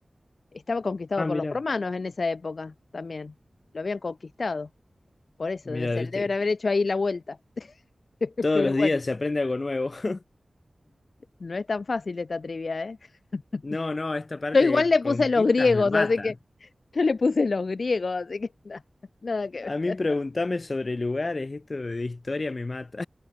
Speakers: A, on the left; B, on the left.
A: estaba conquistado
B: Ah,
A: por
B: mira,
A: los romanos en esa época también. Lo habían conquistado, por eso
B: mira,
A: debe ser,
B: viste
A: deben
B: que
A: haber hecho ahí la vuelta. <laughs>
B: todos
A: Pero
B: los días
A: bueno.
B: se aprende algo nuevo. <laughs>
A: No es tan fácil esta trivia, ¿eh? <laughs>
B: No, no, esta parte
A: Yo igual
B: de
A: le
B: conquistas
A: puse los griegos,
B: me mata.
A: así que <laughs> yo le puse los griegos, así que nada, nada que
B: A mí
A: ver.
B: preguntame sobre lugares, esto de historia me mata.